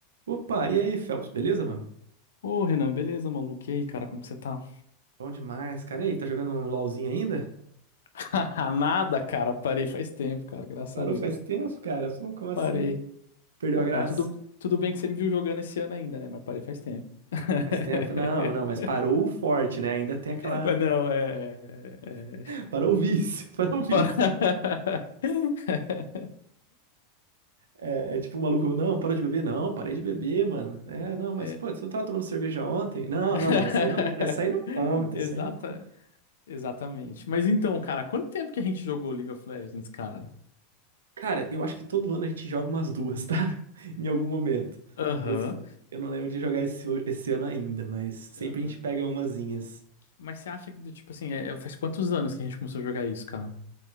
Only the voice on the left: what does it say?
Ô, Renan, beleza, maluco? E aí, cara, como que você tá?
<laughs> Nada, cara, parei faz tempo, cara, graças
a Deus.
Parei.
Pô,
cara, tudo, tudo bem que você me viu jogando esse ano ainda, né? Mas parei faz tempo. <laughs>
Mas não, é. é-
<laughs> Pa- <laughs>
É.
<laughs>
Exata,
exatamente. Mas então, cara, quanto tempo que a gente jogou League of Legends, cara?
Aham,
aham.
Mas você acha que, do tipo assim, é- é- faz quantos anos que a gente começou a jogar isso, cara?